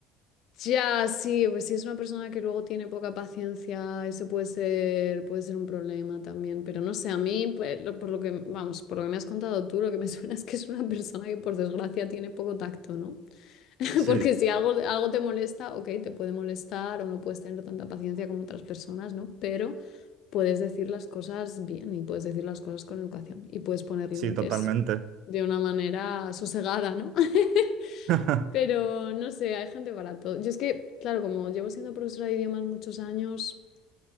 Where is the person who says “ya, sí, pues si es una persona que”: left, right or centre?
Left